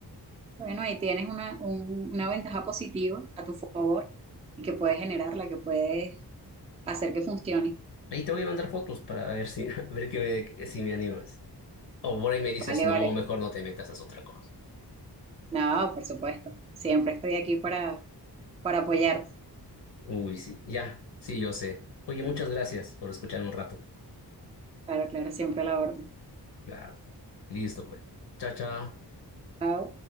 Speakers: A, on the right (about 15°); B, on the left (about 80°).
A: Bueno, ahí tienes una, un- una ventaja positiva a tu favor y que puedes generarla, que puedes hacer que funcione.
B: Ahí te voy a mandar fotos para ver si, <laughs> a ver que me, si me animas. O por ahí me dices,
A: Vale,
B: no,
A: vale.
B: mejor no te metas, haz otra cosa.
A: Nada, por supuesto. Siempre estoy aquí para, para apoyarte.
B: Uy, sí, ya, sí, yo sé. Oye, muchas gracias por escucharme un rato.
A: Claro, claro, siempre a la orden.
B: Claro. Listo, pues. Chao, chao.
A: Chao.